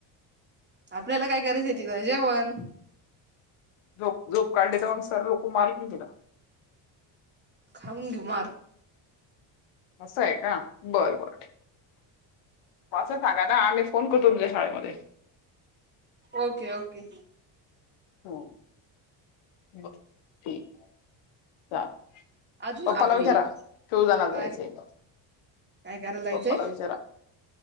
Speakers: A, on the right; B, on the left.
A: आपल्याला काय करायचं आहे तिथे, जेवण!
B: झोप, झोप काढली तर मग सर लोकं मारतील तुला.
A: खाऊन घेऊ मार.
B: असं आहे का? बरं बरं. असं सांगा ना आम्ही फोन करू तुमच्या शाळेमध्ये
A: ओके, ओके.
B: हम्म. बरं ठीक, चालेल.
A: अजून
B: पप्पाला
A: आपली
B: विचारा शूज आणायला
A: काय
B: जायचं का?
A: काय करायला जायचंय
B: पप्पाला विचारा